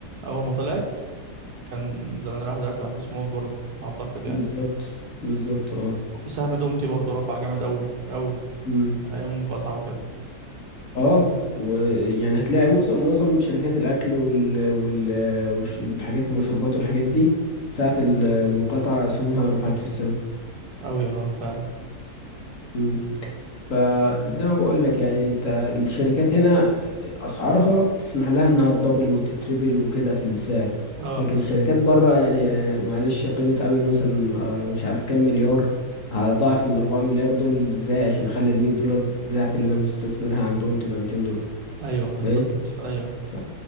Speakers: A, on the right; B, on the left.
A: اول ما طلعت كان زمان الواحد دلوقتي معاه فلوس موت برضه اعتقد يعني
B: بالظبط بالظبط اه
A: وفي سهم دومتي برضه رفع جامد قوي قوي
B: امم
A: ايام المقاطعة وكده
B: اه ويعني هتلاقي مس- معظم شركات الاكل وال... وال... والش- والحاجات المشروبات والحاجات دي ساعة ال- المقاطعة أسهمها رفعت في السماء
A: قوي اه فعلا
B: مم. فزي ما بقول لك يعني انت الشركات هنا اسعارها تسمح لها انها تدبل وتتربل وكده في السعر
A: اه
B: لكن الشركات بره يعني معلش قيمة ابل مثلا آه، مش عارف كام مليار هضاعف ال 4 مليار دول ازاي عشان اخلي ال 100 دولار بتاعتي اللي انا بستثمرها عندهم تبقى 200 دولار
A: ايوه بالظبط
B: فاهم
A: ايوه
B: ف